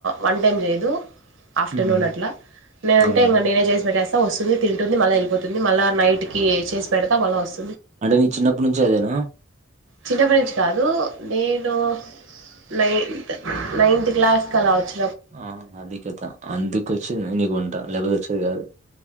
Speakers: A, on the right; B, on the right.
A: వన్ టైం లేదు ఆఫ్టర్నూన్
B: ఉమ్,
A: అట్లా నేనుంటే
B: అవునురా
A: ఇంకా నేనే చేసి పెట్ వస్తుంది తింటుంది మళ్ళీ వెళ్ళపోతుంది మళ్ళా నైట్ కి చేసి పెడతా మళ్ళ వస్
B: అంటే నీ చిన్నప్పటి నుంచి అదేనా
A: చిన్న పటి నుంచి కాదు నేను ఇడు నైన్త్ నైన్త్ క్లాస్కి అలావచ్చు
B: ఆ అది కదా అందుకు వచ్చి నీకు వంటా లేకపోతే వచ్చేది కాదు